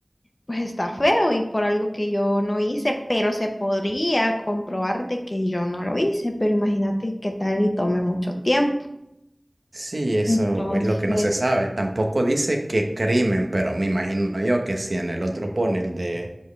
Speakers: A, on the left (about 55°); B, on the right (about 65°).
A: pues está feo y por algo que yo no hice, pero se podría comprobar de que yo no lo hice, pero imagínate y qué tal y tome mucho tiempo.
B: sí, eso
A: Entonces,
B: es lo que no se sabe. Tampoco dice qué crimen, pero me imagino yo que si en el otro pone el de,